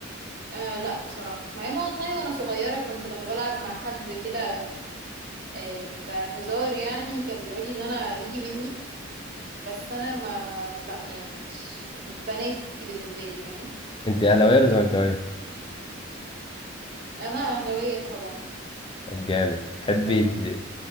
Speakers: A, on the right (about 50°); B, on the left (about 25°).
A: آه لا بصراحه مع ان والله وانا صغيره كنت لما بلعب مع حد كده آه كهزار يعني كان بيقولي ان انا يجي مني بس انا ما لا يعني مش مش بناتي بالنسبه لي فاهم
B: انت اهلاويه ولا زملكاويه
A: انا اهلاويه طبعا
B: طب جامد تحبي
A: وانت